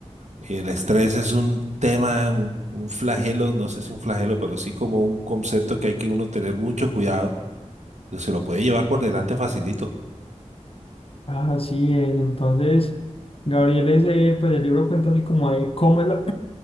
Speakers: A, on the right; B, on the left.
A: El estrés es un tema, un, un flagelo, no sé si un flagelo, pero sí como un concepto que hay que uno tener mucho cuidado, que se lo puede llevar por delante facilito.
B: Así es, entonces Gabriel ese, pues el libro cuenta así como de cómo es la,